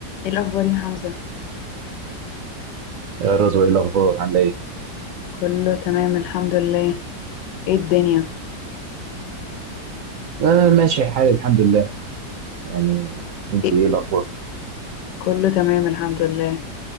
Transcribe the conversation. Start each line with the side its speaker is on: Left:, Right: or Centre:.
Left: ايه الاخبار يا حمزة
Right: يا رضوى ايه الاخبار عامله ايه
Left: كله تمام الحمد لله ايه الدنيا
Right: آه ماشي الحال الحمد لله يعني انت
Left: ايه
Right: ايه الاخبار
Left: كله تمام الحمد لله